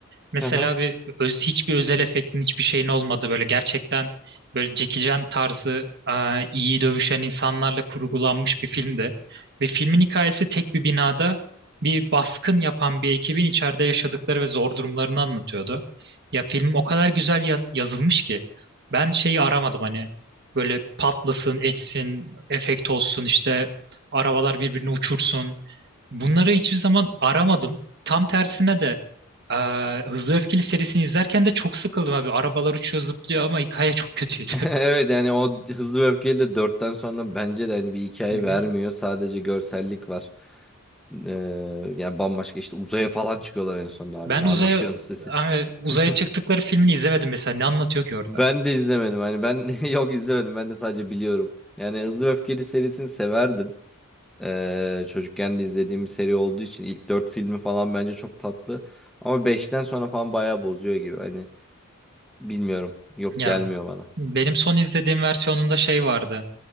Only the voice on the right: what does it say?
Mesela
bir öz, hiçbir özel efektin hiçbir şeyin olmadı böyle gerçekten böyle Jackie Chan tarzı e, iyi dövüşen insanlarla kurgulanmış bir filmdi. Ve filmin hikayesi tek bir binada bir baskın yapan bir ekibin içeride yaşadıkları ve zor durumlarını anlatıyordu. Ya film o kadar güzel yaz- yazılmış ki ben şeyi aramadım hani böyle patlasın, etsin, efekt olsun işte arabalar birbirini uçursun. Bunları hiçbir zaman aramadım. Tam tersine de eee, Hızlı ve Öfkeli serisini izlerken de çok sıkıldım abi. Arabalar uçuyor zıplıyor ama hikaye çok kötüydü.
<laughs>
Hı hı.
Ben
uzaya
abi, uzaya
çıktıkları filmini izlemedim mesela. Ne anlatıyor ki orada?
Ya
benim son izlediğim versiyonunda şey vardı.